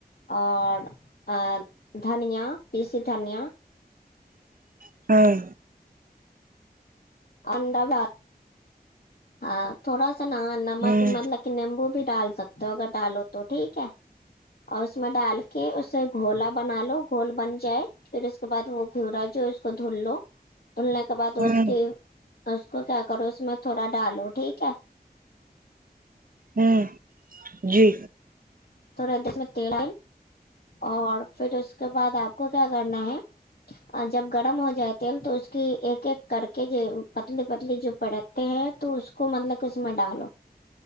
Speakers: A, on the left; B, on the right.
A: اور آ دھنیا پیسیی دھنیا
B: <unintelligible>
A: انڈا بھ ہاں تھوڑا ا نا نمک
B: ہوں
A: مطلب کہ نیمبو بھی ڈال سکتے ہو اگر ڈالو تو ٹھیک ہے اور اس میں ڈال کے اسے گھولا بنا لو گھول بن جائے پھر اس کے بعد وہ گھیورا جو اس کو دھل لو دھلنے کے بعد
B: ہوں
A: اس کے اس کو کیا کرو اس میں تھوڑا ڈالو ٹھیک ہے
B: ہمم جی
A: تھورا دس میں تیل اور پھر اس کے بعد آپ کو کیا کرنا ہے اور جب گڈم ہو جائے تیل تو اس کی ایک ایک کڈ کے جو پتلی پتلی جو پاڈپ ہیں تو اس کو مطلب کہ اس میں ڈالو